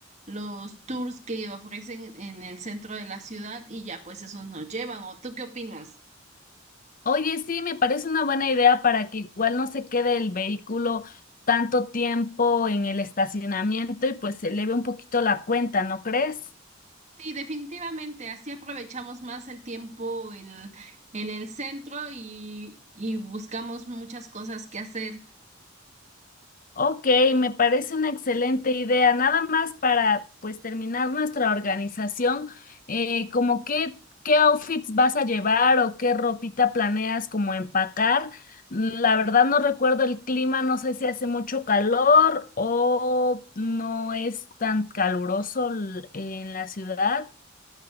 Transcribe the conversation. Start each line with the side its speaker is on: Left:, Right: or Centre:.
Right: los tours que ofrecen en el centro de la ciudad y ya pues esos nos llevan. ¿O tú qué opinas?
Left: Oye, sí, me parece una buena idea para que igual no se quede el vehículo tanto tiempo en el estacionamiento y pues se eleve un poquito la cuenta, ¿no crees?
Right: Sí, definitivamente, así aprovechamos más el tiempo en, en el centro y, y buscamos muchas cosas que hacer.
Left: Ok, me parece una excelente idea. Nada más para pues terminar nuestra organización, eh, como qué, qué outfits vas a llevar o qué ropita planeas como empacar. La verdad no recuerdo el clima, no sé si hace mucho calor o no es tan caluroso l- en la ciudad.